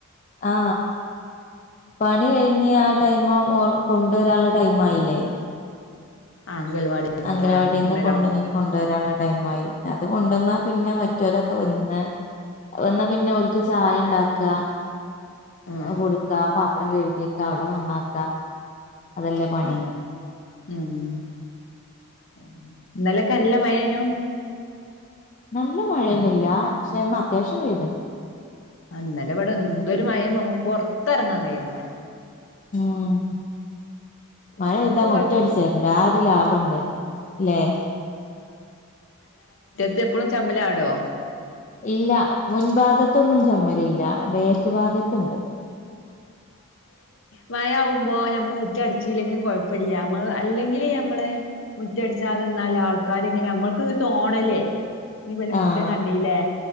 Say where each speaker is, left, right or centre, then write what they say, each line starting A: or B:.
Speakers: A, on the left; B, on the left.
A: ആ പണി കയിഞ്ഞു ആ ടൈം ആവുമ്പോ ഓർ കൊണ്ടൊരാനുള്ള ടൈം ആയില്ലേ
B: ആ അംഗൽവാടിന്നില്ലേ
A: അംഗലവാടി
B: മൂന്നര
A: ന്ന്
B: ആവുമ്പോ
A: കൊണ്ടൊരാനുള്ള ടൈം ആയി അതു കൊണ്ടോന്ന പിന്നെ മറ്റൊലൊക്കെ വന്ന് അതു വന്ന പിന്നെ ഓൽക്ക് ചായ ഉണ്ടാക്ക
B: ഉം
A: അതു കൊടുക്ക പ ത്രം കഴുകിയക്ക അവിടെ നന്നാക്ക അതല്ലേ പണി
B: ഉം ഉം
A: നല്ല മഴയൊന്നുല്ല ക്ഷെ ന്ന് അത്യാവശ്യം വെയിലുണ്ട്
B: ഇന്നലെ ഇവിടെ എന്തൊരു മഴ പുറത്തിറങ്ങാൻ കയ്യണ്ടേ
A: ഉം
B: ഇന്നിപ്പോ
A: മഴ പെയ്ദ മുറ്റം
B: കൊഴപ്പില്ല
A: അടിച്ചു വരണ്ട അധോരു ലാഭണ്ട് ലെ
B: ത്ത് എപ്പളും ചമ്മല് ചാടോ
A: ഇല്ല മുൻഭാഗത്ത് ഒന്നും ചമ്മലില്ല ബാക്ക് ക്ക് ഭാഗത്ത് ണ്ട്
B: മഴ ആകുമ്പോ ഞമ്മൾ മുറ്റം അടിച്ചില്ലങ്കിലും കുഴപ്പം ഇല്ല അല്ലങ്കിൽ നമ്മൾ മുറ്റം അടിച്ചാധേ നിന്നാൽ ആൾക്കാർ ഇങ്ങനെ നമ്മൾക്ക് ഒരു തോന്നൽ ഞ് ഇവലെ മുറ്റം
A: ആഹ്
B: കണ്ടീലെ